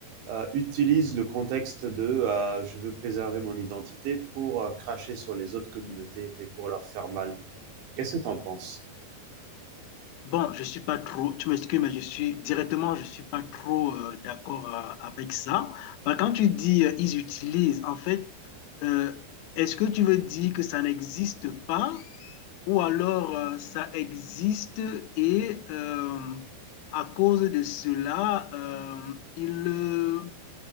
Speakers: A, on the right; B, on the left.
A: euh, utilisent le contexte de euh, je veux préserver mon identité pour euh, cracher sur les autres communautés et pour leur faire mal? Qu'est-ce que tu en penses?
B: Bon, je suis pas trop, tu m'excuses, mais je suis directement, je suis pas trop euh, d'accord euh, avec ça. Bah, quand tu dis euh, ils utilisent, en fait, euh, est-ce que tu veux dire que ça n'existe pas ou alors euh, ça existe et euh, à cause de cela, euh, ils le,